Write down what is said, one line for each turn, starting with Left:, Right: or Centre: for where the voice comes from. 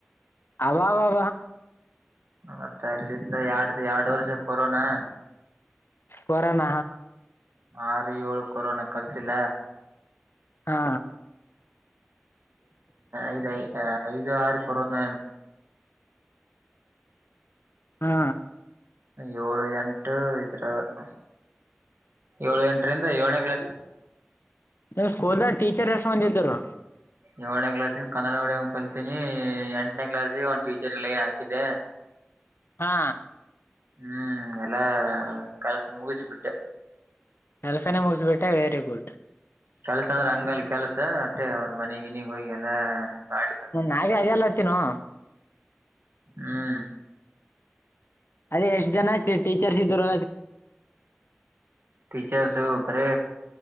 Left: ಅವ್ವಾ ಅವ್ವಾ
Right: ಮತ್ತ ಅಲ್ಲಿಂದ ಎರಡ್ ಎರಡು ವರ್ಷ ಕೊರೋನಾ
Left: ಕಾರೋಣ
Right: ಆರು ಏಳು ಕೊರೋನಾ ಕಲ್ತಿಲ್ಲ
Left: ಹಾ
Right: ಐದ ಐ ಐದು ಆರು ಕೊರೋನ
Left: ಹಾ
Right: ಏಳು ಎಂಟು ಇದ್ರಾಗ ಏಳು ಎಂಟರಿಂದ ಏಳನೇ ಕ್ಲಾಸ್
Left: ನಿಮ್ಮ ಸ್ಕೂಲ್ ನಾಗ ಟೀಚರ್ ಎಷ್ಟು ಮಂದಿ ಇದ್ದರೂ
Right: ಏಳನೇ ಕ್ಲಾಸ್ಯಿಂದ ಕನ್ನಡ ಮೀಡಿಯಂ ಕಲ್ತೀನಿ ಎಂಟನೇ ಕ್ಲಾಸ್ ಗೆ ಒಂದು ಟೀಚರ್ ಲೈನ್ ಹಾಕಿದ್ದೆ <inaudible>
Left: ಹಾ
Right: ಹ್ಮ್ ಎಲ್ಲಾ ಕೆಲಸ ಮುಗಿಸಿ ಬಿಟ್ಟೆ
Left: ಕೆಲಸನೇ ಮುಗಿಸಿಬಿಟ್ಟ ವೆರಿ ಗುಡ್
Right: ಕೆಲ್ಸ ಅಂದ್ರೆ ಅಂಗಲ ಕೆಲಸ ಮತ್ತೆ ಅವ್ರ ಮನೆಗಿನಿಗೆ ಹೋಗಿ ಎಲ್ಲ ಮಾಡ
Left: ನಾವೇ ಅದಲ್ಲತ್ತಿನೋ
Right: ಹ್ಮ್
Left: ಅಲ್ಲಿ ಎಷ್ಟು ಜನ ಟೀಚರ್ಸ್ ಇದ್ರು
Right: ಟೀಚರ್ಸ್ ಬಾರಿ